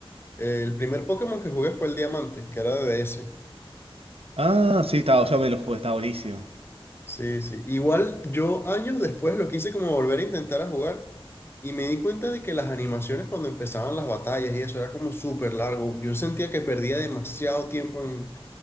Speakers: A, on the left; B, on the right.
A: Eh, el primer Pokémon que jugué fue el Diamante, que era de D S.
B: Ah, sí, estaba, yo me lo jugué, estaba buenísimo.
A: Sí, sí. Igual yo años después lo quise como volver a intentar a jugar y me di cuenta de que las animaciones cuando empezaban las batallas y eso era como súper largo. Yo sentía que perdía demasiado tiempo en...